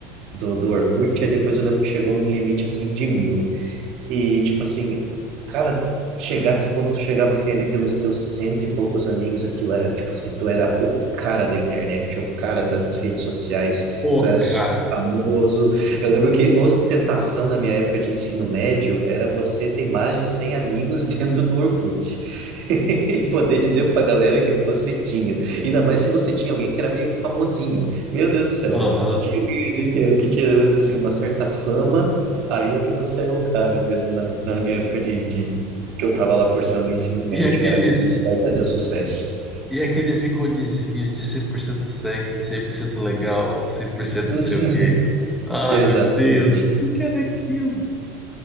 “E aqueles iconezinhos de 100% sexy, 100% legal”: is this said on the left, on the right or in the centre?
Centre